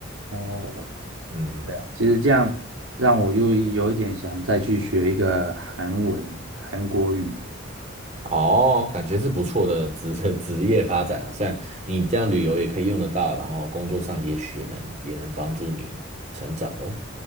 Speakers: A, on the right; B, on the right.
A: 哦，
B: 嗯，
A: 其实这样让我又有一点想再去学一个韩文、韩国语。
B: 哦，感觉是不错的职 <laughs> 职业发展啊，虽然你这样旅游也可以用得到，然后工作上也许也能也能帮助你成长哦。